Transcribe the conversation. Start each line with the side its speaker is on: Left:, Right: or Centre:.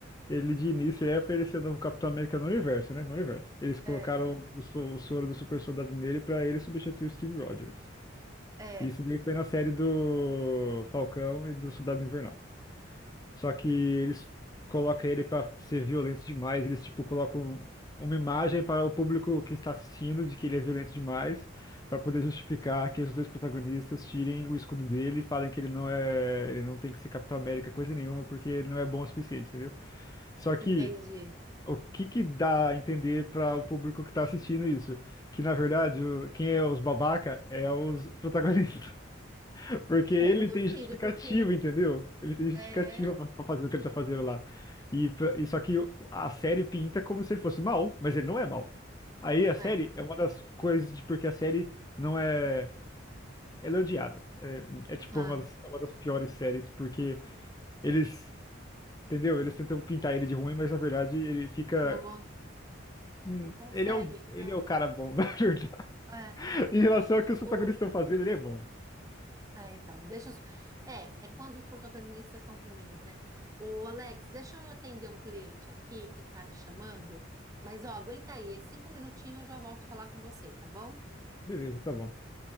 Left: ele de início ia oferecer o novo Capitão América no universo, né? No universo. Eles colocaram
Right: É, é,
Left: o, so- o soro do super soldado nele pra ele substituir o Steve Rogers.
Right: é,
Left: Isso daí foi na série do Falcão e do Soldado Invernal. Só que eles colocam ele pra ser violento demais. Eles, tipo, colocam uma imagem para o público que está assistindo de que ele é violento demais, pra poder justificar que os dois protagonistas tirem o escudo dele e falem que ele não é, ele não tem que ser Capitão América, coisa nenhuma, porque ele não é bom o suficiente, entendeu? Só que
Right: entendi.
Left: o que que dá a entender para o público que está assistindo isso? Que na verdade, o- quem é os babaca é os <laughs> protagonistas. Porque ele
Right: É, não duvido,
Left: tem justificativa,
Right: porque.
Left: entendeu? Ele tem justificativa
Right: É. é.
Left: pra pra fazer o que ele tá fazendo lá. E, pra- e só que a série pinta como se ele fosse mal, mas ele não é mal. Aí a série
Right: Aí.
Left: é uma das coisas de porque a série não é. Ela é odiada. É, é tipo
Right: Ah,
Left: uma das, é uma das piores séries, porque eles. Entendeu? Eles tentam pintar ele de ruim, mas na verdade ele fica.
Right: não, con-
Left: hum,
Right: não consegue.
Left: Ele é o, ele
Right: É,
Left: é o cara bom, <laughs> na verdade.
Right: é, é.
Left: Em relação ao que os protagonistas
Right: O...
Left: estão fazendo, ele é bom.
Right: É, então, deixa eu... só- É, é quando os protagonistas são ruins, né? O Alex, deixa eu atender um cliente aqui que tá me chamando, mas ó, aguenta aí, é cinco minutinhos eu já volto falar com você, tá bom?
Left: Beleza, tá bom.